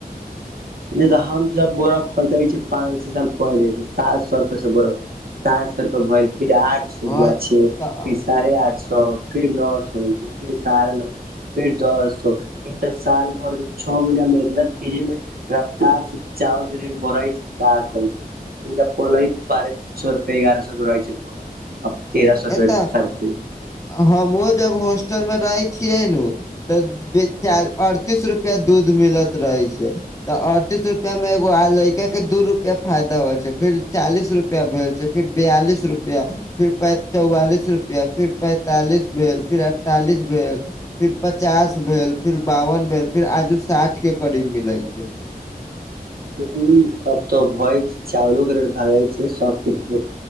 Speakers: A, on the right; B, on the left.
A: नहि तऽ हमस बोरक खोदै छ पाँच छओ साल पहुच जाइ छै सात सए रुपए से बोर सात सए रुप भ फिर आठ सए
B: हँ
A: हुआ छ
B: तऽ
A: फर साढ़े आठ सए फिर नओ सए होइ छै फिर सढ़ नओ फेर दस ई तऽ साल भर छओ महिनामे इतना तेजीमे रफ्तार से चावल कऽ रेट बढ़इ छै कऽ छै तरा पलय बारे स रुपे एगारह सर रहै छै बोरा <unintelligible>
B: एतऽ
A: साढ़े तेरह
B: हमहु जब होॉस्टल मऽ रहै छियै नऽ तऽ चालि अड़तीस रुपआ दूध मिलत रहै छै तऽ अड़तीस रुपआ में एगो आ लइका के दू रुपआ फायदा होइ छै फिर चालीस रुपआ भेल छै फिर बयालिस रुपआ फिर प चौवालिस रुपआ फिर पैंतालिस भेल फिर अड़तालिस भेल फिर पचास भेल फिर बावन भेल फिर आजु साठ कऽ करीब मिले छै
A: ह सबब तऽ भय छै चाावलो कर भाग छै सब कऽ